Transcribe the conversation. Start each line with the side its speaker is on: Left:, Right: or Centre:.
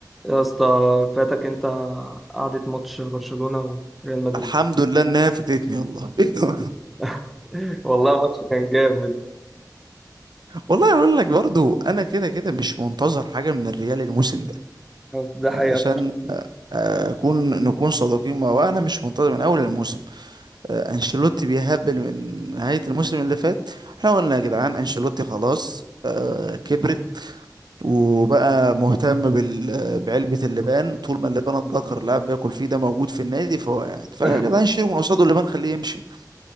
Centre: يا اسطى فاتك انت قعدة ماتش برشلونة وريال مدريد
Right: الحمد لله انها فاتتني والله <laughs>
Centre: <laughs> والله ماتش كان جامد
Right: والله اقول لك برضو انا كده كده مش منتظر حاجه من الريال الموسم ده
Centre: ده
Right: عشان
Centre: حقيقة فعلا
Right: آه، اكون نكون صادقين مع بعض انا مش منتظر من اول الموسم آه، انشيلوتي بيهبل من نهايه الموسم اللي فات احنا قلنا يا جدعان انشيلوتي خلاص آه، كبرت وبقى مهتم بال... بعلبة اللبان طول ما اللبان الذكر اللاعب بياكل فيه ده موجود في النادي فهو قاعد فيا
Centre: <laughs>
Right: جدعان شيلوا من قصاده اللبان خليه يمشي